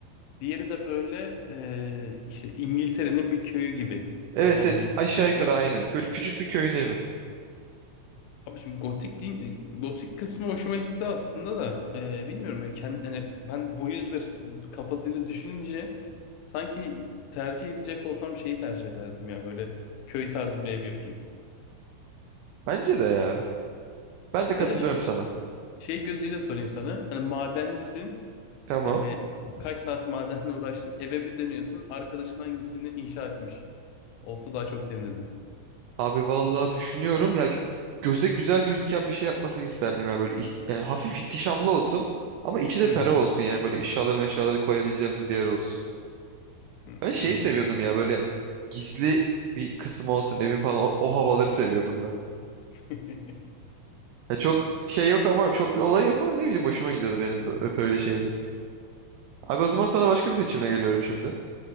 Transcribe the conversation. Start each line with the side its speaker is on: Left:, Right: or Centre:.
Left: Diğeri de böyle e, işte İngiltere'nin bir köyü gibi
Right: Evet
Left: kafamda
Right: evet
Left: canlanmışan.
Right: aşağı yukarı aynen. Böyle küçük bir köyün evi.
Left: Abi şimdi gotik değil, e, gotik kısmı hoşuma gitti aslında da e, bilmiyorum ya kend, hani ben bu yıldır kafasıyla düşününce sanki tercih edecek olsam şeyi tercih ederdim ya böyle köy tarzı bir ev yapayım.
Right: Bence de ya. Ben de katılıyorum
Left: Ben de şey,
Right: sana.
Left: şey gözüyle sorayım sana hani madencisin
Right: Tamam.
Left: Ee, kaç saat madenle uğraştın? Eve bir dönüyorsun. Arkadaşın hangisini inşa etmiş? Olsa daha çok sevinirdin.
Right: Abi vallahi düşünüyorum ya göze güzel gözüken bir şey yapmasını isterdim ya böyle iht- yani hafif ihtişamlı olsun ama içi de
Left: Hı
Right: ferah
Left: hı.
Right: olsun yani böyle eşyaları meşyaları koyabileceğimiz bir yer olsun.
Left: Hı,
Right: Ben şeyi
Left: Anladım.
Right: seviyordum ya böyle gizli bir kısım olsun evin falan o, o havaları seviyordum ben.
Left: <laughs>
Right: Ya çok şey yok ama çok bir olay yok ama ne bileyim hoşuma gidiyordu benim ö- öp öyle şeyler. Abi o zaman sana başka bir seçimle geliyorum şimdi.